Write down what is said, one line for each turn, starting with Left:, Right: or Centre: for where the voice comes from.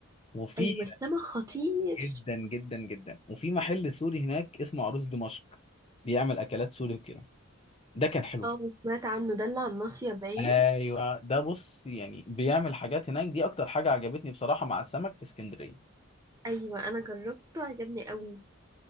Left: وفي
Right: ايوه السمك خطير
Left: جدا جدا جدا وفي محل سوري هناك اسمه عروس دمشق بيعمل اكلات سوري وكده ده كان حلو
Right: اه سمعت عنه ده اللي على الناصية باين
Left: ايوه ده بص يعني بيعمل حاجات هناك دي اكتر حاجه عجبتني بصراحه مع السمك في اسكندريه
Right: ايوه انا جربته عجبني قوي